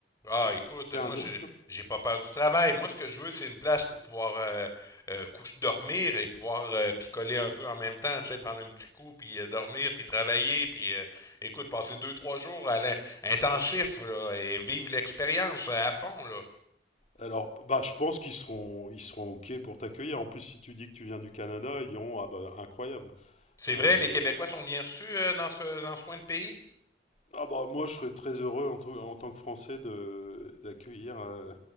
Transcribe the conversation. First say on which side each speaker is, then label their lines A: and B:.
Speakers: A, on the left; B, on the left.
A: Ah,
B: <laughs>
A: écoute,
B: c'est
A: moi,
B: indien.
A: j'ai j'ai pas peur du travail. Moi, ce que je veux, c'est une place pour pouvoir euh, euh, coucher, dormir et pouvoir euh, picoler un peu en même temps, tu sais, prendre un petit coup, puis euh, dormir, puis travailler, puis euh, écoute, passer deux, trois jours à l'in- intensif là, et vivre l'expérience à fond, là.
B: Alors, bah, je pense qu'ils seront, ils seront OK pour t'accueillir. En plus, si tu dis que tu viens du Canada, ils diront, ah bah, incroyable.
A: C'est
B: Euh,
A: vrai, les Québécois sont bien reçus euh, dans ce, dans ce coin de pays?
B: Ah bah moi je serais très heureux en, tout- en tant que Français de d'accueillir euh,